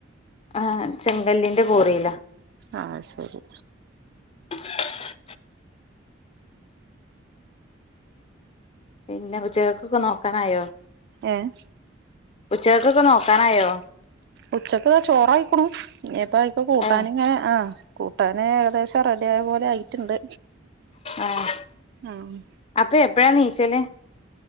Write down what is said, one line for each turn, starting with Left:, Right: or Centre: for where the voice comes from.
Left: ആഹ ചെങ്കല്ലിന്റെ കോറിലാ
Right: ആഹ ശരി
Left: <unintelligible> പിന്നെ ഉച്ചകക്കൊക്കെ നോക്കാനായോ
Right: ഏഹ്
Left: ഉച്ചകക്കൊക്കെ നോക്ക താനായോ
Right: ഉച്ചക്ക് ചോറായിക്കുണു ഇനിയിപ്പയിക്ക് കൂട്ടാൻ
Left: ഏഹ്
Right: ഇങ്ങനെ ആഹ കൂട്ടാൻ ഏകദേശം റെ ഡി ആയപോലെ ആയിട്ടുണ്ട്
Left: ആഹ
Right: ആഹ്
Left: അപ്പൊ എപ്പഴാ നീച്ചല്